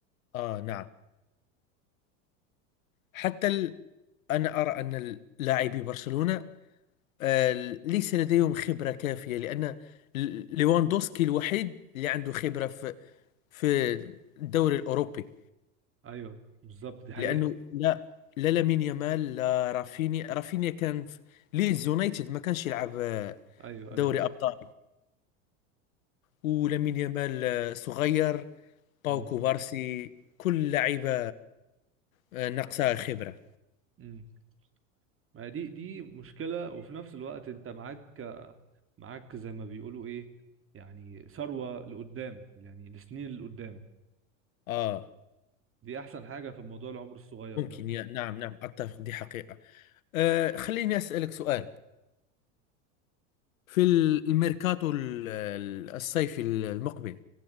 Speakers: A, on the left (about 85°); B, on the right (about 30°).
A: اه نعم حتى ال... أنا أرى أن لاعبي برشلونة آه، ليس لديهم خبرة كافية لأن ل- ليواندوسكي الوحيد اللي عنده خبرة في في الدوري الأوروبي
B: ايوه بالظبط دي حقيقه
A: لأنه لا لا لامين يامال لا رافينيا رافينيا كان في ليدز يونايتد ما كانش يلعب آه،
B: ايوه
A: دوري
B: ايوه
A: أبطال ولامين يامال آه، صغير باو
B: امم
A: كوبارسي كل لعيبة آه، ناقصها خبرة
B: امم ما دي دي مشكله وفي نفس الوقت انت معاك معاك زي ما بيقولوا ايه يعني ثروه لقدام يعني لسنين لقدام
A: آه
B: دي احسن حاجه في الموضوع العمر الصغير
A: ممكن
B: ده
A: يا- نعم نعم أتفق دي حقيقة آه، خليني أسألك سؤال في الميركاتو ال- ال- الصيفي المقبل